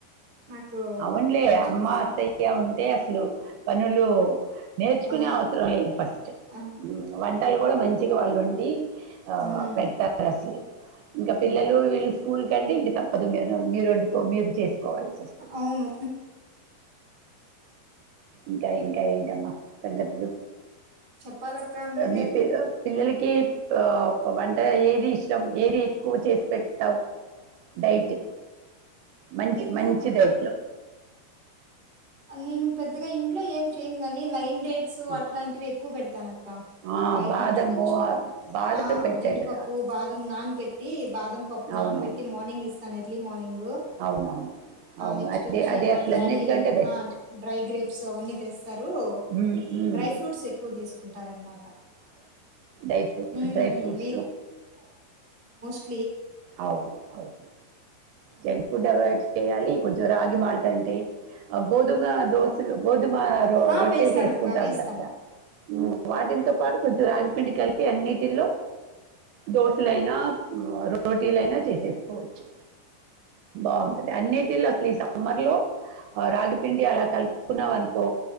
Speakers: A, on the right; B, on the right.
A: నాకు
B: అవునులే
A: కొంచెం
B: అమ్మ అత్తయ్య ఉంటే అసలు పనులు నేర్చుకునే
A: ఆ
B: అవసరం లేదు ఫస్ట్
A: ఆ
B: వంటలు కూడా మంచిగా వాళ్ళు వండి ఆ
A: ఉమ్
B: పెడతారు అసలు ఇంకా పిల్లలు
A: ఉమ్.
B: వీళ్ళుకూల్ కంటే ఇంకా అద మీను మీరు వండుకో మీరు చేసి కోవాల్సి వస్తుంది
A: అవును
B: ఇంకా ఇంకా ఏంటమ్మా సంగతులు
A: చెప్పాలక్క మీరే
B: మీ ప పిల్లలకి వంట ఏది ఇష్టం ఏది ఎక్కువ చేసి పెడతావు డైట్ మంచి మంచి
A: కూగ
B: డైట్లో
A: అన్ని ను పెద్ద గా ఇంట్లో ఏం చేయనుగానీ లైన్ డేట్స్
B: ఆ.
A: అలాంటివి ఎక్కువ పెడు తన
B: ఆ
A: బయట
B: బాదము
A: నుంచి తెచ్చి
B: బాదం
A: ఆ
B: పెట్టండిరా
A: జీడిపప్పు బాదం నాన పెెట్టి బాదం పప్పు
B: అవునవును
A: నానబెట్టి మార్నింగ్ ఇస్తాను ఎట్లీ మార్నింగ్
B: అవునవును అవును
A: నెక్స్ట్
B: అదే
A: వచ్చి
B: అదే
A: వాళ్ళ
B: అసలు
A: డాడీ
B: అన్నిటికంటే బెస్ట్
A: డ్రై గ్రే స అని తె స్తారు
B: ఉమ్, ఉమ్.
A: డ్రై ఫ్రూట్స్ ఎక్కువ తీసుకుంటారనమాట
B: ై్ర
A: ఉమ్
B: డ్రై ఫ్రూట్స్
A: వో
B: అవును అవును జంక్ ఫుడ్ అవాయిడ్ చేయాలి కొంచెం రాగి మాల్ట్ అంటే గోధుమ దోశలు గోద్ దుమా రో
A: ఆ
B: రొట్టెలు
A: వేస్తాను
B: చేసుకుంటాం
A: అక్క వేస్తాను
B: కదా హు వాటిల్ తో పాటు కొంచెం రాగిపిండి కలిపి అన్నిటిలో దోశలైనా, రోటీలైనా చేసేసుకోవచ్చు. బాగుంటది అన్నిటి లో లీ సమ్మర్లో రాగిపిండి అలా కలుపుకున్నావ్ అనుకో,